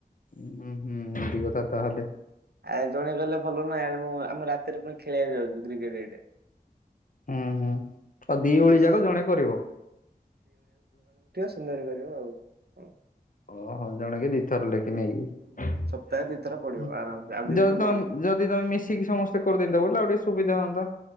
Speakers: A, on the left; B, on the right.
A: ହୁଁ ହୁଁ ଏମତି କଥା ତାହଲେ।
B: ଆରେ ଜଣେ ଗଲେ ଭଲ ନୁହ। ଆରେ ମୁଁ ଆମେ ରାତିରେ ପୁଣି ଖେଳିବାକୁ ଯାଉଚୁ କ୍ରିକେଟ ଏଇଟେ।
A: ହୁଁ ହୁଁ ଆଉ ଦି
B: ଏକ୍ସରସାଇଜ
A: ଓଳି ଯାକ ଜଣେ କରିବ।
B: ଦିନରେ କରିବ ଆଉ।
A: ଓହଁ ଜଣେ କେ ଦିଥର ଲେଖା ନେଇକି।
B: ହୁଁ ସପ୍ତାହେ ଦିଥର ପଡିବ ଆରାମସେ ଆଉ ଦି
A: ଯଦି
B: ଦିନ
A: ତମ
B: ବନ୍ଦ।
A: ଯଦି ତମେ ମିଶିକି ସମସ୍ତେ ଏ କରଦିନ୍ତେ ବଲେ ଆଉ ଟିକେ ସୁଵିଧା ହୁଅନ୍ତା।